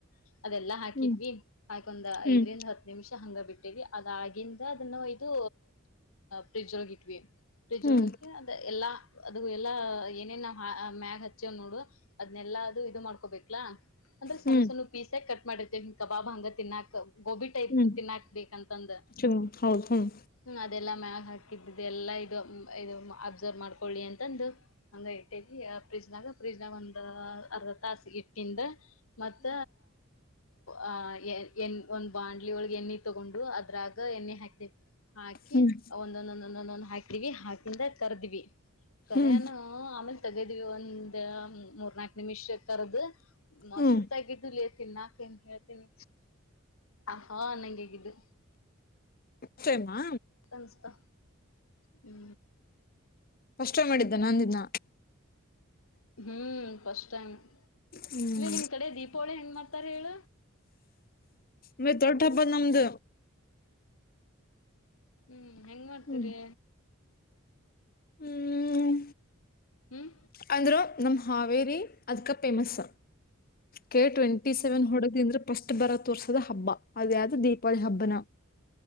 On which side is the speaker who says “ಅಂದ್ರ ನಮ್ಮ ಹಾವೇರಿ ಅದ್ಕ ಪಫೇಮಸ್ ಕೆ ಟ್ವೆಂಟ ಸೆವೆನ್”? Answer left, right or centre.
Left